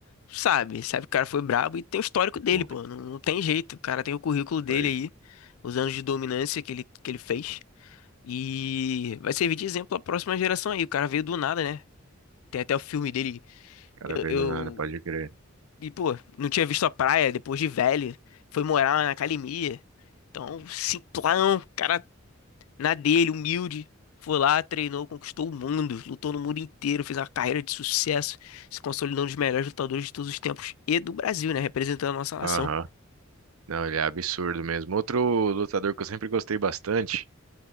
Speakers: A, on the left (about 80°); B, on the right (about 80°).
A: Sabe, sabe que o cara foi brabo e tem o histórico dele,
B: Pô,
A: pô. Não, não tem jeito. O cara tem o currículo dele
B: foi.
A: aí,
B: O
A: os anos de dominância que ele, que ele fez. E vai servir de exemplo à próxima geração aí. O cara veio do nada, né? Tem até o filme dele.
B: cara
A: Eu,
B: veio
A: eu-
B: do nada, pode crer.
A: E, pô, não tinha visto a praia depois de velho. Foi morar na academia. Então, simplão, cara na dele, humilde. Foi lá, treinou, conquistou o mundo, lutou no mundo inteiro, fez uma carreira de sucesso, se consolidou um dos melhores lutadores de todos os tempos e do Brasil, né? Representando a nossa nação.
B: Aham. Não, ele é absurdo mesmo. Outro lutador que eu sempre gostei bastante,